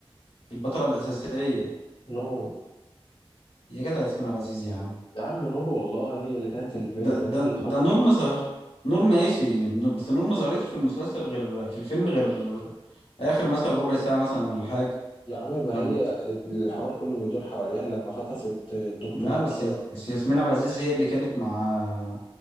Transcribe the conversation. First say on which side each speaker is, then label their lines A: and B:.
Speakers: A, on the left (about 80°); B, on the left (about 55°).
A: البطله الاساسيه
B: نور
A: يا جدع ياسمين عبد العزيز يا عم
B: يا عم نور والله هي اللي كانت الفيلن
A: ده
B: وهي
A: ده
B: اللي خطفت
A: ده نور ما ظهر نور ماشي نور- بس نور ما ظهرتش في المسلسل غير في الفيلم غير اخر مثلا ربع ساعه مثلا ولا حاجه
B: يا عم ما
A: لما
B: هي
A: بت...
B: الحوار كله بيدور حواليها لما خطفت الدكتور
A: لا
B: مكرم
A: بس يا- بس ياسمين عبد العزيز هي اللي كانت مع